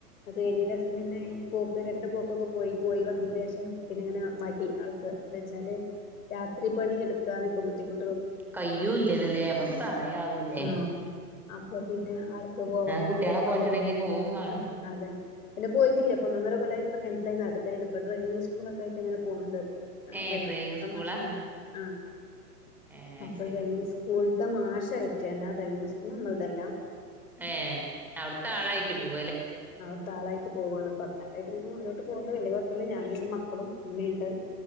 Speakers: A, on the left; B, in the centre.
A: അത് കയിഞ്ഞേൻ്റെ ശേഷം പിന്നെ ഈ പോക്ക് രണ്ട് പോക്കൊക്കെ പോയി പോയി വന്നിന്റെഷം പിന്നെങ്ങനെ അ മയി യി ആൾക്ക് ന്താച്ചാല് രാത്രി പണി എടുക്കാനൊക്കെ ബുദ്ധിമു
B: കയ്യും ഇല്ലല്ലോലേ നമ്മളക്ക് പ്രായ ആവല്ലേ
A: ആഹ് അപ്പൊ പിന്നെ ആൾക്ക് പോവാനൊരു
B: കുട്ടികളെ
A: മടി <unintelligible>
B: പോറ്റണെങ്കി പോവും വേണം
A: ഉം അതെ പിന്നെ പോയിട്ടില്ല ഇപ്പൊ ഒന്നൊന്നര കൊല്ലായിട്ട് പ്പോ ക്യാൻസലായി നാട്ടിതന്നെ ഇരുപ്പ് ഡ്രൈവിംഗ് സ്കൂളൊക്കെ ആയിട്ട് ഇങ്ങനെ പോണ്ട് ആ
B: ഏ
A: അതതന്നെ
B: ഡ്രൈവിങ്
A: തമാശന്നെ
B: സ്കൂളാ
A: ആഹ്
B: ഏ അത്
A: അപ്പ
B: ശരി
A: ഡ്രൈവിംഗ് സ്കൂളത്തെ മാഷായിട്ട് അല്ലാതെ ഡൈവിംഗ് സ്കൂള് നമ്മളതല്ല
B: അഏ അവിടുത്തെ ആളായിട്ട് പോവും
A: അവിടുത്തെ ആളായിട്ട് പോവാണ് അപ്പൊ അങ്ങനൊക്കായിട്ട് ങ്ങനെ മുന്നോട്ട് പോണ്ട് വല്ല്യ കൊഴപ്പല്ല്യ ഞാനും ൻ്റെ മക്കളും ഉമ്മേംണ്ട്